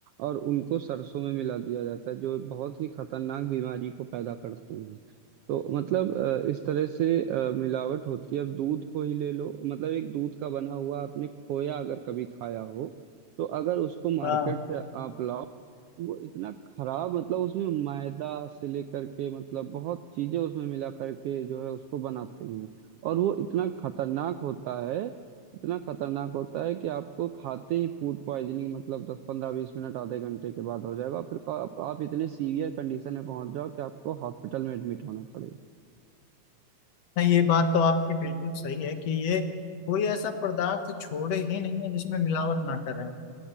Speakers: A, on the right; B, on the left.
A: और उनको सरसों में मिला दिया जाता है जो बहुत ही खतरनाक बीमारी को पैदा करते हैं तो मतलब अ, इस तरह से अ, मिलावट होती है अब दूध को ही ले लो मतलब एक दूध का बना हुआ आपने खोया अगर कभी खाया हो तो अगर उसको मार्केट
B: हाँ
A: से आप लाओ वो इतना खराब मतलब उसमें मैदा से लेकर के मतलब बहुत चीजें उसमें मिला करके जो है उसको बनाते हैं और वो इतना खतरनाक होता है इतना खतरनाक होता है कि आपको खाते ही फूड पॉइजनिंग मतलब दस पंद्रह बीस मिनट आधे घंटे के बाद हो जाएगा और फिर आप, आप इतने सीवियर कंडीशन में पहुंच जाओ कि आपको हॉस्पिटल में एडमिट होना पड़ेगा
B: नहीं ये बात तो आपकी बिल्कुल सही है कि ये कोई ऐसा पदार्थ छोड़े ही नहीं है जिसमें मिलावट ना करें